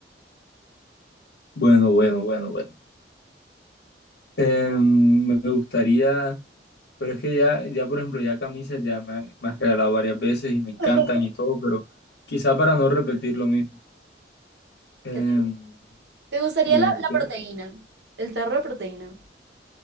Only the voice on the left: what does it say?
Bueno, bueno, bueno, bueno. Em, me gustaría, pero es que ya, ya por ejemplo, ya camisas ya me, han- me has regalado varias veces y me encantan
y todo, pero quizá para no repetir lo mismo. Em,
bueno,
¿qué?